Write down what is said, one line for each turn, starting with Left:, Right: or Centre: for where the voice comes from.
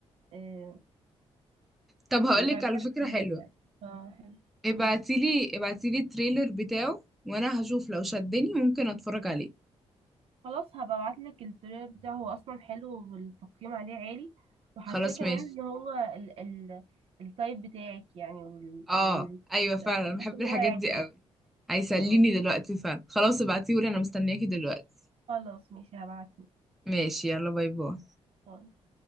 Right: آه،
Centre: طب هقولك
Right: يبعدوا
Centre: على فكره
Right: عن الناس
Centre: حلوه
Right: يعني فحلو
Centre: ابعتيلي
Right: مم.
Centre: ابعتيلي التريلر بتاعه وانا هشوف لو شدني ممكن اتفرج عليه
Right: خلاص هبقى ابعتلك التريلر بتاعه هو اصلا حلو والتقييم عليه عالي وحاساه
Centre: خلاص
Right: كمان
Centre: ماشي
Right: ان هو ال ال التايب بتاعك يعني وال
Centre: اه
Right: وال
Centre: ايوه فعلا
Right: وحاسه
Centre: انا بحب
Right: ان
Centre: الحاجات
Right: هو هيعجبك
Centre: دي قوي هيسليني
Right: خلاص
Centre: دلوقتي فعلا خلاص ابعتيهولي انا مستنياكي دلوقتي
Right: خلاص ماشي هبعتهولك
Centre: ماشي يلا باي باي
Right: باي.